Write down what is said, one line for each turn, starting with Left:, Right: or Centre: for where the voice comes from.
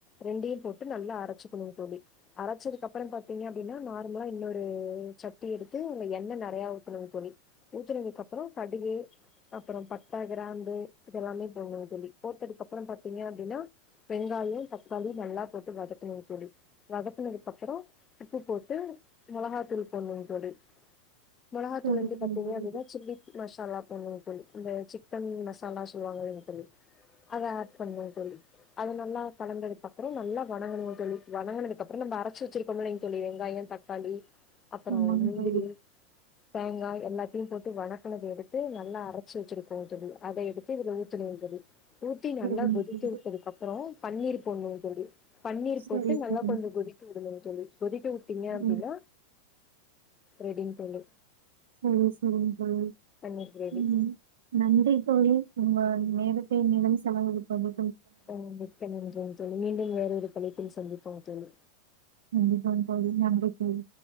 Left: ரெண்டையு போட்டு நல்லா அரச்சுக்கணுங்க தோழி அரச்சதுக்கு அப்பறோ பாத்தீங்க அப்டின்னா நார்மலா இன்னோரு ச ட்டி எடுத்து எண்ணெய் நெறயா ஊத்தனுங்க தோழி ஊத்துனதுக்கு அப்பறோ கடுகு அப்பறோ பட்ட கிராம்பு இதெல்லாமே போடணு தோழி போட்டதுக்கப்பறோ பாத்தீங்க அப்டின்னா வெங்காயோ தக்காளி நல்லா போட்டு வதக்கனு தோழி வதக்குனதுக்கு அப்பறோ உப்பு போட்டு மொளகாத்தூள் போடணு போடு மொளகாதூள்
Right: சொல்றீங்க
Left: வந்து பாத்தீங்க அப்டின்னா சில்லி மசாலா போடணுன்ங்கதோழி இந்த சிக்கன் மசாலா சொல்லுவாங்களேன்னு தோழி அத ஆட் பண்ணன்னு தோழி அது நல்லா கலந்ததுக்கு அப்பறோ நல்லா வணங்கனு தோழி வணங்கனதுக்கு அப்பறோ நம்ம அரச்சு வச்சுருக்கோம்ல தோழி வெங்காயோ தக் தக்காளி அப்பறோ
Right: ஆமாங்க
Left: முந்திரி
Right: தோழி
Left: தேங்கா எல்லாத்தையு போட்டு வணக்குனத எடுத்து நல்லா அரச்சு வச்சிருப்போ தோழி அத எடுத்து இத ஊத்தனு தோழி ஊத்தி
Right: சரிங்க
Left: நல்லா கொதிக்க
Right: தோழி
Left: விட்டதுக்கு அப்பறோ பன்னீர் போடனு தோழி பன்னீர்
Right: சரி
Left: போட்டு
Right: சரி
Left: நல்லா கொஞ்ச கொதிக்க விடனு தோழி கொதிக்க விட்டீங்க அப்டின்னா
Right: ம்
Left: ரெடிங் தோழி
Right: செரிங்க செரிங்க தோழி
Left: பன்னீர் கிரேவி
Right: ம் நன்றி தோழி உங்க நேரத்தை என்னிடம் செலவழிப்பது
Left: ஓ மிக்க நன்றிங்க தோழி மீண்டும் வேற ஒரு தலைப்பில் சந்திப்போம் தோழி
Right: கண்டிப்பாங்க தோழி நன்றி தோழி